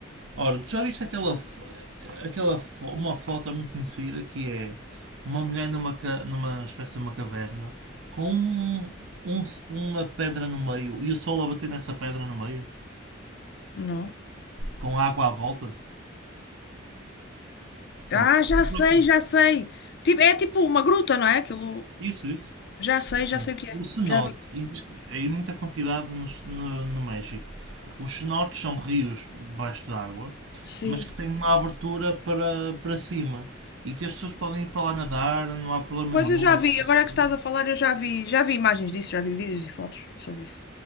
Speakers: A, on the right (about 70°); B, on the left (about 55°).
A: Ora, tu já viste aquela, aquela uma foto muito conhecida que é uma mulher numa, numa espécie de uma caverna com um- um- uma pedra no meio e o sol a bater nessa pedra no meio
B: Não.
A: com água à volta? Prontos,
B: Ah, já
A: se preocupa.
B: sei, já sei. Tipo, é tipo uma gruta, não é? Aquilo.
A: Isso, isso.
B: Já sei, já
A: Bom,
B: sei o que é.
A: o cenote,
B: Já vi.
A: existe em muita quantidade no, no- no México. Os cenotes são rios debaixo d'água,
B: Sim.
A: mas que têm uma abertura para, para cima e que as pessoas podem ir para lá nadar, não há problema
B: Pois
A: nenhum,
B: eu já
A: é super
B: vi, agora
A: seguro.
B: que estás a falar, eu já vi, já vi imagens disso, já vi vídeos e fotos sobre isso.